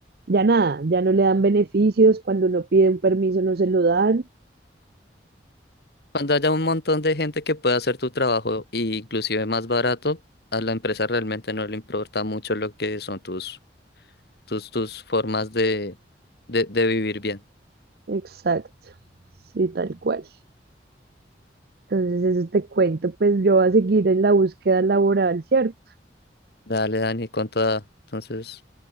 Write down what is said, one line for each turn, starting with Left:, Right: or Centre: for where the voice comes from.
Right: ya nada, ya no le dan beneficios, cuando uno pide un permiso no se lo dan.
Left: Cuando haya un montón de gente que pueda hacer tu trabajo, e inclusive más barato, a la empresa realmente no le importa mucho lo que son tus, tus, tus formas de, de, de vivir bien.
Right: Exacto, sí, tal cual. Entonces, eso te cuento, pues yo voy a seguir en la búsqueda laboral, ¿cierto?
Left: Dale, Dani, con toda. Entonces,